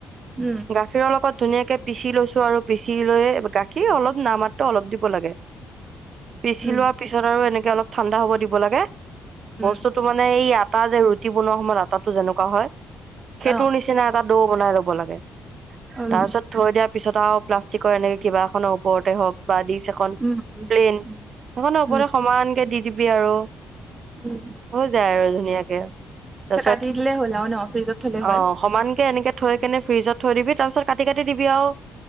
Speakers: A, on the right; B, on the right.
A: উম
B: গাখীৰৰ লগত ধুনীয়াকে পিচি লৈছো আৰু পিচি লৈয়ে গাখীৰ অলপ নাম মাত্ৰ অলপ দিব লাগে।
A: <inaudible>
B: পিচি
A: উম
B: লোৱাৰ পিছত আৰু এনেকে অলপ ঠাণ্ডা হ'ব দিব লাগে ব
A: উম
B: স্তু মানে এই আটা যে ৰুটি বনোৱা সময়ত আটাটো যেনেকুৱা হয় সেইটোৰ
A: অ
B: নি চিনা এটা দৌ বনাই ল'ব লাগে
A: উম
B: তাৰপিছত থৈ দিয়াৰ পিছত আৰু প্লাষ্টিকৰ এনেকে কিবা এখনৰ ওপৰতে হওক বা দিচ এখন
A: উম উম
B: প্লেন
A: উম
B: সেইখন ওপৰতে
A: উম
B: সমানকে দি দিবি আৰু
A: উম
B: হৈ যায় আৰু ধুনীয়াকে তাৰপিছত
A: কাটি দিলেই হ'ল আৰু ন ফ্ৰিজত থলেই হ'ল
B: অ সমানকে এনেকে থৈ কেনে ফ্ৰিজত থৈ দিবি তাৰপিছত কাটি কাটি দিবি আৰু